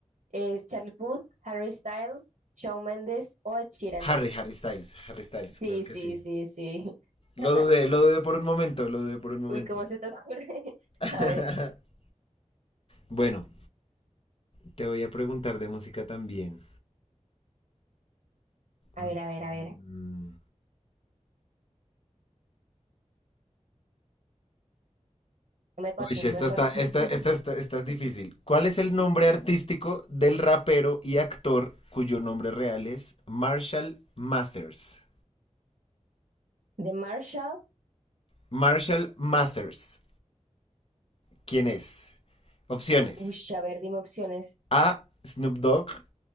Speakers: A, on the right; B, on the left.
A: Es Charlie Puth, Harry Styles, Shawn Mendes o Ed Sheeran.
B: Harry, Harry Styles, Harry Styles,
A: Sí,
B: claro que
A: sí,
B: sí.
A: sí, sí.
B: Lo
A: <laughs>
B: dudé, lo dudé por un momento, lo dudé por un momento.
A: Uy, ¿cómo se te ocurre? <laughs>
B: <laughs>
A: A ver,
B: Bueno, te voy a preguntar de música también.
A: a
B: Mm.
A: ver, a ver, a ver. No me corches,
B: Uy, esta
A: no me corches.
B: está, esta,
A: <laughs>
B: esta, está- esta es difícil. ¿Cuál es el nombre artístico del rapero y actor cuyo nombre real es Marshall Mathers?
A: De Marshall.
B: Marshall Mathers, ¿quién es? Opciones.
A: Uy, a ver, dime opciones.
B: A. Snoop Dogg.